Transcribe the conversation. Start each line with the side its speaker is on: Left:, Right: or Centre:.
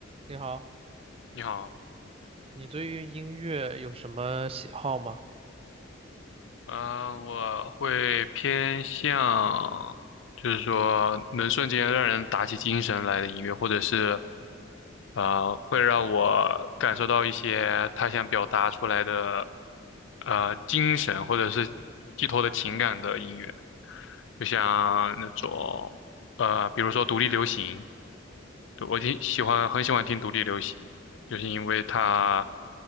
Right: 你好，
Left: 你好，
Right: 你对于音乐有什么喜好吗？
Left: 嗯、我会偏向，就是说能瞬间让人打起精神来的音乐，或者是，呃，会让我感受到一些他想表达出来的，呃，精神或者是寄托的情感的音乐，就像那种，呃，比如说独立流行，对，我挺喜欢，很喜欢听独立流行，就是因为它，